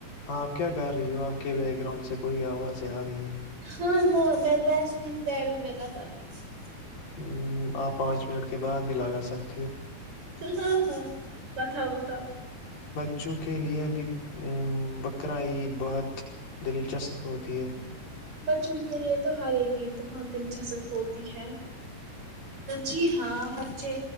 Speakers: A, on the left; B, on the right.
A: آپ کیا کر رہی ہو آپ کے بیک گراؤنڈ سے کوئی آوازیں آ رہی ہے
B: ہاں ہاں میں ویس دن پیروں میں لگا رہی تھی
A: ہ آپ پانچ منٹ کے بعد بھی لگا سکتے
B: ہاں ہاں بتاؤ بتاؤ
A: بچوں کے لے بھی بقر عید بہت دلچسپ ہوتی ہے
B: بچوں کے لیے تو ہر ایک گیت بہت دلچسپ ہوتی ہے جی ہاں بچے